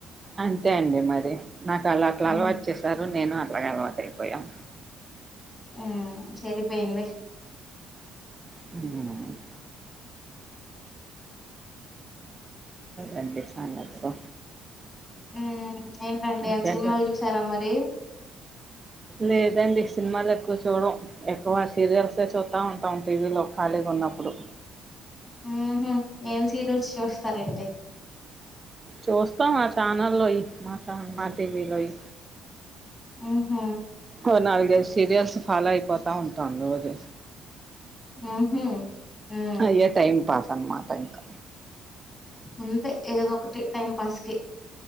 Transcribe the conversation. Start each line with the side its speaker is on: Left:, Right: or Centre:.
Right: అంతే అండి మరి నాకు అళ్లాట్లు
Left: మ్మ్
Right: అలవాట్ చేసారు నేను అట్లాగ అలవాటు అయిపోయాం
Left: ఆ చెరిపోయింది
Right: ఉమ్ అండి సంగతులు
Left: ఉమ్ ఏం
Right: ఇకేంటండి
Left: సినిమాలు చూసారా మరి
Right: లేదండి సిన్మాలు ఎక్కువ చూడం ఎక్కువ సీరియల్సే చూత్తా ఉంటాం టీవీలో ఖాళీగా ఉన్నప్పుడు
Left: ఊహు ఏం సీరియల్స్ చూస్తారండి?
Right: చూస్తాం మా ఛానల్లోయి మాతాన్ మా టీవీ లోయి
Left: ఊహు
Right: ఓ నాలుగైదు సీరియల్స్ ఫాలో అయిపోతా ఉంటాను రోజు.
Left: ఓహో ఉ
Right: అయ్యే టైం పాస్ అనమాట ఇంకా
Left: అంతే ఏదో ఒకటి టైం పాస్కి